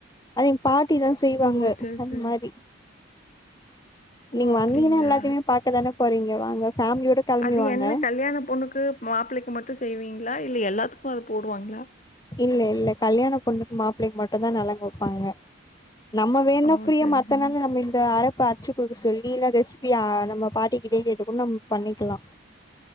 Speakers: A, on the left; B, on the left.
A: அத எங் பாட்டி தா செய்வாங்க
B: ஓ! சரி,
A: அந்
B: சரி.
A: மாரி
B: ஓ!
A: நீங்க
B: அப்படிங்களா?
A: வந்தீங்னா எல்லாத்தியுமே பாக்கதான போறீங்க வாங்க ஃபேமிலியோட கெளம்பி
B: அது
A: வாங்க
B: என்ன கல்யாண பொண்ணுக்கு மாப்பிளைக்கு மட்டு செய்வீங்ளா இல்ல எல்லாத்துக்கு அத போடுவாங்ளா
A: இல்ல இல்ல கல்யாண பொண்ணுக்கு மாப்பிள்ளைக் மட்டு தா நலங்கு வெப்பாங்க நம்ம வேணுனா
B: ஓ!
A: ஃப்ரீயா
B: சரி,
A: மத்த
B: சரி.
A: நாள்ல நம்ம இந்த அரப் இப்ப அரச்சு குடுக்க சொல்லி இல்ல ரெசிபி நம்ம பாட்டிக்கிட்டே கேட்டுகூட நம்ம பண்ணிக்கிலா